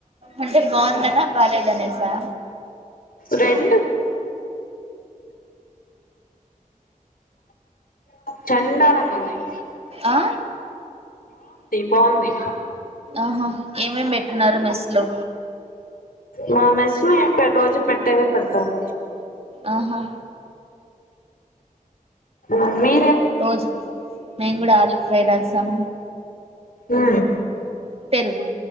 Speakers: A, on the right; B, on the left.
A: అంటే బాగుందనా బాలేదనేసా
B: రెం చండదంగాన్నయి
A: ఆ
B: బాగుంది
A: ఆహా ఏమేం పెట్టిన్నారు మెస్ లో?
B: మా మెస్ లో ఏం రోజు పెట్టేవె పెడతారు.
A: ఆహా
B: ఆ మీ
A: రోజు, మేము కూడ ఆలుూ ఫ్రై, రసం.
B: ఆ
A: పెరుగు,